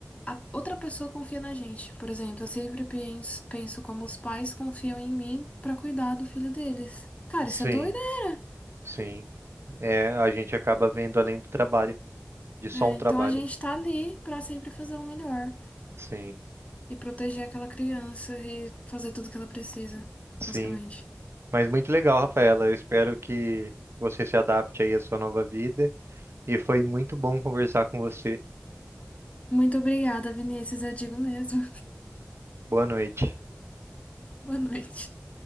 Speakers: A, on the left; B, on the right.
A: a outra pessoa confia na gente. Por exemplo, eu sempre penso, penso como os pais confiam em mim pra cuidar do filho deles. Cara,
B: Sim,
A: isso é doideira.
B: sim. É, a gente acaba vendo além do trabalho, de só
A: né?
B: um
A: então
B: trabalho.
A: a gente tá ali pra sempre fazer o melhor
B: Sim,
A: e proteger aquela criança e fazer tudo que ela precisa,
B: sim.
A: basicamente.
B: Mas muito legal, Rafaela. Eu espero que você se adapte aí à sua nova vida. E foi muito bom conversar com você.
A: Muito obrigada, Vinícius, eu digo mesmo.
B: Boa noite.
A: <laughs> Boa noite.